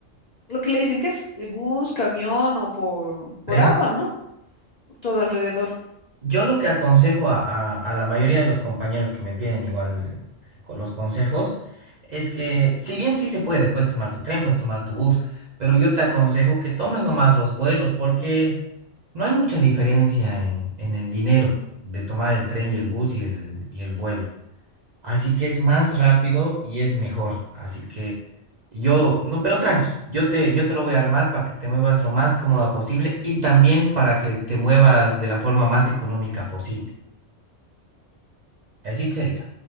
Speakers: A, on the left; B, on the right.
A: lo que le dicen que es eh, bus, camión o por, por
B: ¿Creen?
A: agua, ¿no? Todo alrededor.
B: Yo lo que aconsejo a, a- a la mayoría de los compañeros que me piden igual con los consejos es que si bien sí se puede, puedes tomar tu tren, puedes tomar tu bus, pero yo te aconsejo que tomes nomás los vuelos porque no hay mucha diferencia en, en el dinero de tomar el tren y el bus y el, y el vuelo. Así que es más rápido y es mejor. Así que yo, no, pero tranqui, yo te, yo te lo voy a armar para que te muevas lo más cómoda posible y también para que te muevas de la forma más económica posible. Así sería.